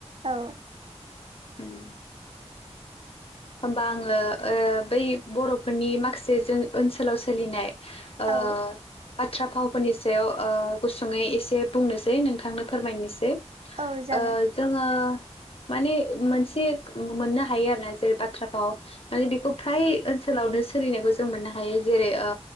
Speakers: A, on the right; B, on the left.
A: औ
B: उम होमबा आंङो ओ बै बरफोरनि माखासे जों ओनसोलाव सोलिनाय ओ
A: औ
B: बाथ्रा फावफोरनि सायाव ओ गुसुङै एसे बुंनोसै नोंथांनो फोरमायनोसै ओ
A: औ जागोन
B: जोंङो माने मोनसे मोननो हायो आरोना जेरै बा थ्राफाव माने बेखौ फ्राय ओनसोलावनो सोलिनायखौ जों मोननो हायो। जेरै ओ